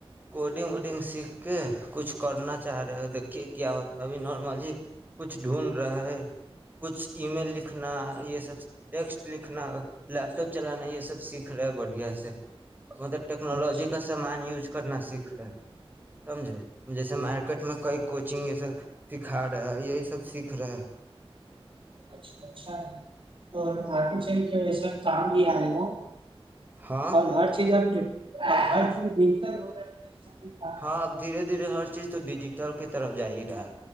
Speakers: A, on the right (about 20°); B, on the right (about 60°).
A: کوٹ ڈنگ وڈنگ سیکھ کے کچھ کرنا چاہ رہے دیکھیے کیا ہوتا ہے ابھی نارملی کچھ ڈھونڈ رہا کچھ ای میل لکھنا یہ سب ٹیکسٹ لکھنا لیپ ٹاپ چلانا یہ سب سیکھ رہے بڑھیا سے مطلب ٹیکنالوجی
B: اچھا
A: کا سامان یوز کرنا سیکھ رہا ہے سمجھے جیسے مارکیٹ میں کئی
B: ہاں
A: کوچنگ جیسے سکھا رہے ہیں یہی سب سیکھ رہے ہیں
B: اچھا اچھا اور آگے چل کے ویسے کام بھی آئے گا
A: ہاں
B: اور ہر چیز آپ نے ہر چیز ہو رہا بھی کام
A: ہاں دھیرے دھیرے ہر چیز تو ڈیجیٹل کے طرف جائےٹا